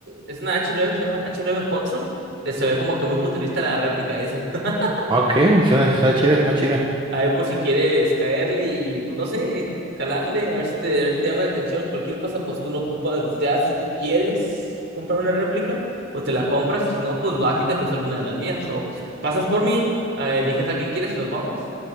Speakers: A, on the right (about 65°); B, on the right (about 25°).
A: es una h nueve se llama h nueve Hudson. Eh, Se ve como que muy futurista la réplica esa. <laughs>
B: ok, suena, suena chida, suena chida.
A: A ver por si quieres caerle y, pues no sé, calarle, a ver si te, a ver si te llama la atención. Cualquier cosa, pues tú no ocupas, ya si tú quieres comprar una réplica, pues te la compras y si no, pues vas y te presto alguna de las mías. O pasas por mí, eh, eliges la que quieras y nos vamos.